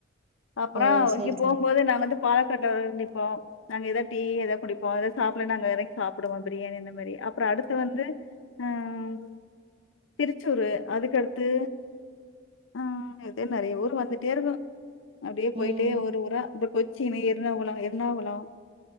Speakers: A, on the left; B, on the right.
A: அப்புற
B: ஓ செரி
A: இங்க போம்போது
B: செரி
A: நாங்க வந்து பாலக்காட்ல வ நிப்போம் நாங்க ஏதாவது டீ ஏதாவது குடிப்போ ஏதாவ சாப்பிடல நாங்க எதக்கு சாப்டுவோ பிரியாணி அந்த மாதிரி அப்புற அடுத்து வந்து ம் திருச்சூரு அதுக்கடுத்து ம் இதே மாரி ஊர் வந்துகிட்டே இருக்கும் அப்டியே
B: ம்
A: போயிட்டே ஊரு ஊரா அப்புற கொச்சினு எர்ணாகுளம் எர்ணாகும்